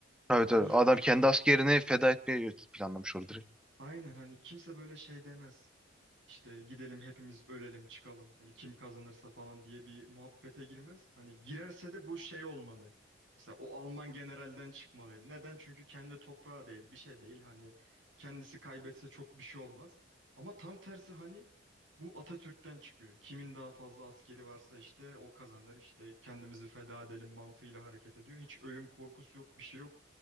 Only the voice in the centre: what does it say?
Tabii tabii.
Adam
kendi askerini feda etmeyi planlamış orada direkt.